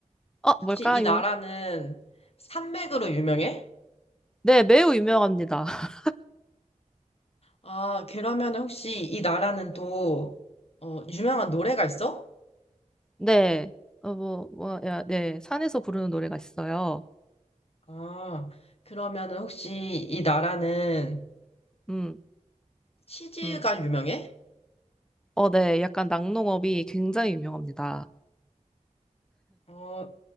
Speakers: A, in the centre; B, on the left (about 50°).
A: 어, 뭘까요?
B: 혹시 이 나라는 산맥으로 유명해?
A: 네, 매우 유명합니다. <laughs>
B: 아, 그러면 혹시 이 나라는 또, 어, 유명한 노래가 있어?
A: 네. 어, 뭐, 뭐, 야, 네. 산에서 부르는 노래가 있어요.
B: 아, 그러면 혹시 이 나라는
A: 음,
B: 치즈가
A: 음.
B: 유명해?
A: 어, 네. 약간 낙농업이 굉장히 유명합니다.
B: 어,